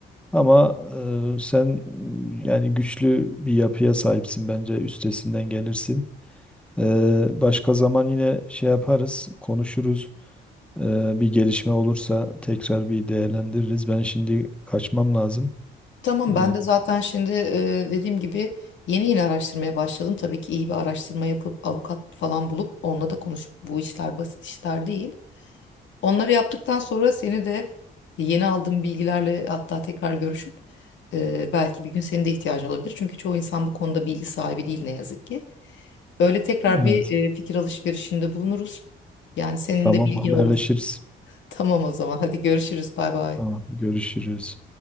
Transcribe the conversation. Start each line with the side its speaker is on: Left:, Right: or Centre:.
Centre: Ama e, sen yani güçlü bir yapıya sahipsin bence üstesinden gelirsin. E, başka zaman yine şey yaparız, konuşuruz. E, bir gelişme olursa tekrar bir değerlendiririz. Ben şimdi kaçmam lazım.
Left: Tamam
Centre: E,
Left: ben de zaten şimdi e, dediğim gibi yeni yeni araştırmaya başladım. Tabii ki iyi bir araştırma yapıp avukat falan bulup onunla da konuşup bu işler basit işler değil. Onları yaptıktan sonra seni de yeni aldığım bilgilerle hatta tekrar görüşüp e, belki bir gün senin de ihtiyacın olabilir. Çünkü çoğu insan bu konuda bilgi sahibi değil ne yazık ki. Böyle tekrar
Centre: evet
Left: bir e, fikir alışverişinde bulunuruz. Yani senin
Centre: tamam
Left: de bilgin
Centre: haberleşiriz.
Left: olması. <laughs> Tamam o zaman hadi görüşürüz bay bay.
Centre: Tamam görüşürüz.